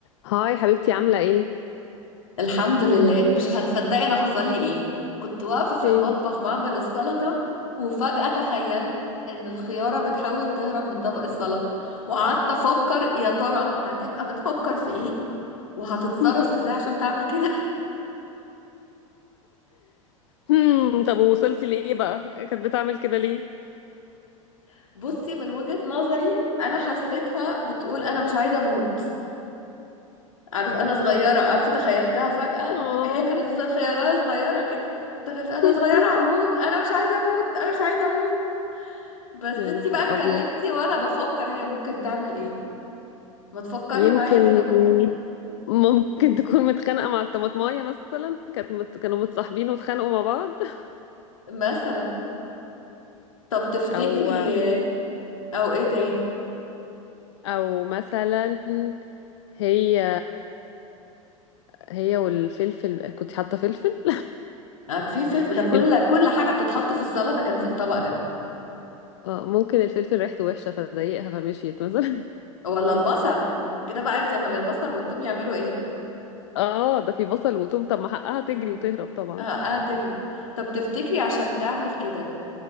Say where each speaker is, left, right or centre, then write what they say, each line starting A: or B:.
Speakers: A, on the left (about 55°); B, on the left (about 70°).
A: هاي حبيبتي عاملة ايه؟
B: الحمد لله مش هتصدقي انا حصل لي ايه كنت واقفه في
A: ايه
B: المطبخ بعمل السلطه وفجاه تخيلت ان الخياره بتحاول تهرب من طبق السلطه وقعدت افكر يا ترى هتبقى بتفكر في ايه وهتتصرف
A: <laughs>
B: ازاي عشان تعمل كده
A: هم، طب وصلتي لإيه بقى؟ كانت بتعمل كده ليه؟
B: <laughs> بصي من وجهه نظري انا حسيتها بتقول انا مش عايزه اموت عارف انا صغيره عارفه تخيلتها فجاه
A: اه
B: هي كانت خياره صغيره كده فتخيلت انا
A: <laughs>
B: صغيره على الموت انا مش عايزه اموت انا مش عايزه اموت بس
A: يا
B: انتي
A: نهار
B: بقى اتكلمتي
A: ابيض
B: وانا بفكر هي ممكن تعمل ايه ما تفكري
A: يمكن
B: معايا كده ممكن
A: ممكن تكون متخانقة مع الطماطماية مثلا كانت مت... كانوا متصاحبين واتخانقوا مع بعض <laughs>
B: مثلا طب تفتكري
A: او
B: اه، او ايه تاني
A: او مثلا هي هي والفلفل كنت حاطة فلفل
B: اه في فلفل ده كل
A: <laughs> ال-
B: كل حاجة بتتحط في السلطة كان في الطبق ده
A: آه، ممكن الفلفل ريحته وحشة فضايقها فمشيت مثلا
B: ولا البصل كده بقى انتي امال البصل والثوم يعملوا ايه
A: اه ده في بصل وتوم طب ما حقها تجري
B: مم.
A: وتهرب طبعا
B: اه اه تجري طب تفتكري عشان تعمل كده